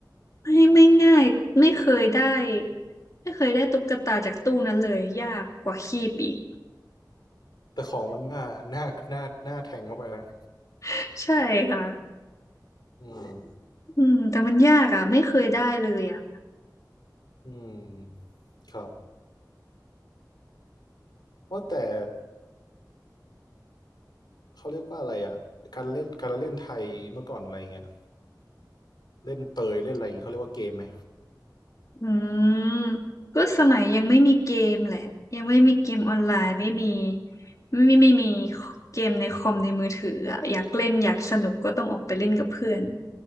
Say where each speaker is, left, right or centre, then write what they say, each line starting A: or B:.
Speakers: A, on the left; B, on the left.
A: ไม่ไม่ง่ายไม่เคยได้ไม่เคยได้ตุ๊กตาจากตู้นั้นเลยยากกว่าคีบอีก
B: แต่ของมันหน้าหน้าหน้าหน้าแทงเข้าไปนะ
A: <laughs> ใช่ค่ะ
B: อืม
A: อืมแต่มันยากอ่ะไม่เคยได้เลยอ่ะ
B: อืมครับว่าแต่เขาเรียกว่าอะไรอ่ะการเล่นการเล่นไทยเมื่อก่อนอะไรเงี้ยเล่นเตยเล่นอะไรเงี้ยเขาเรียกว่าเกมไหม
A: อืมก็สมัยยังไม่มีเกมแหละยังไม่มีเกมออนไลน์ไม่มีไม่มีไม่มีเกมในคอมในมือถืออะอยากเล่นอยากสนุกก็ต้องออกไปเล่นกับเพื่อน